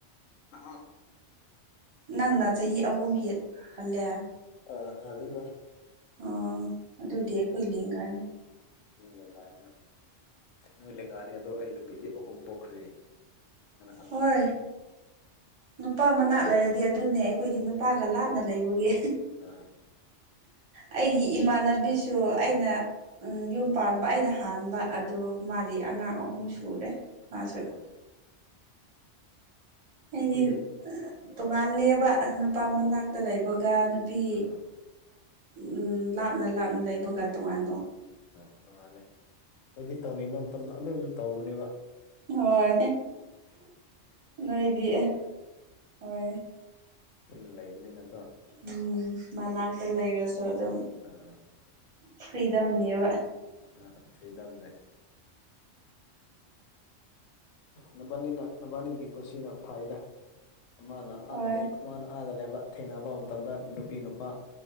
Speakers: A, on the left (about 85°); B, on the right (about 40°).
A: ꯍ
B: ꯅꯪꯅ ꯆꯍꯤ ꯑꯍꯨꯝ ꯍꯦꯛ ꯍꯜꯂꯦ
A: ꯑ ꯍꯗꯕ
B: ꯑ ꯑꯗꯨ ꯑꯗꯨꯗꯤ ꯀꯣꯏ ꯂꯦꯡꯒꯥꯅꯤ
A: ꯅꯣꯏ ꯂꯦꯡꯒꯥꯅꯤ ꯅꯣꯏ ꯂꯦꯡꯒꯥꯅꯤ ꯑꯗꯣ ꯑꯩ ꯅꯨꯄꯤꯗꯤ ꯑꯍꯨꯝ ꯄꯣꯛꯈ꯭꯭ꯔꯔꯤ ꯑꯃ
B: ꯍꯣꯏ ꯅꯨꯄꯥ ꯃꯅꯥ ꯂꯩꯔꯗꯤ ꯑꯗꯨꯅꯦ ꯑꯩꯈꯣꯏꯗꯤ ꯅꯨꯄꯥꯒ ꯂꯥꯞꯅ ꯂꯩꯕꯒꯤ
A: ꯑꯥ
B: ꯑꯩꯒꯤ ꯏꯃꯥꯟꯅꯕꯤꯁꯨ ꯑꯩꯅ ꯎꯝ ꯌꯨꯝ ꯄꯥꯟꯕ ꯑꯩꯅ ꯍꯥꯟꯕ ꯑꯗꯨꯗ ꯃꯥꯗꯤ ꯑꯉꯥꯡ ꯑꯍꯨꯝ ꯁꯨꯔꯦ ꯑꯁ
A: ꯑꯥ
B: ꯍꯥꯏꯗꯤ
A: ꯈꯣꯏꯗ
B: ꯇꯣꯉꯥꯂꯦꯕ ꯅꯨꯄꯥ ꯃꯅꯥꯛꯇ
A: ꯑꯥ
B: ꯂꯩꯕꯒ ꯅꯨꯄꯤ
A: ꯑꯥ
B: ꯎ ꯂꯥꯞꯅ ꯂꯥꯞꯅ ꯂꯩꯕ ꯒꯇꯃꯥꯟ
A: ꯎꯝ ꯃꯥꯅꯤ ꯑꯩꯗꯤ ꯇꯧꯅꯤꯡꯕ ꯃꯇꯝꯗ ꯑꯗꯨꯝ ꯇꯧꯒꯅꯦꯕ
B: ꯍꯣꯏ ꯅꯣꯏꯗꯤ ꯍꯣꯏ
A: ꯊꯨꯟꯅ ꯂꯩꯕꯅꯤꯅ ꯀꯣ
B: ꯎꯝ ꯃꯅꯥꯛꯇ ꯂꯩꯔꯁꯨ ꯑꯗꯨꯝ
A: ꯑꯥ
B: ꯐ꯭ꯔꯤꯗꯝꯅꯦꯕ
A: ꯑ ꯁꯤꯔꯤꯗꯥꯝꯅꯦ ꯅꯕꯥꯅꯤꯅ ꯅꯕꯥꯅꯤꯒꯤ ꯄꯨꯟꯁꯤꯅ ꯐꯥꯏꯗ ꯃꯥꯅ
B: ꯍꯣꯏ
A: ꯑꯥꯗ ꯃꯥꯅ ꯑꯥꯗ ꯂꯩꯕ ꯊꯦꯡꯅꯕ ꯃꯇꯝꯗ ꯅꯨꯄꯤ ꯅꯨꯄꯥ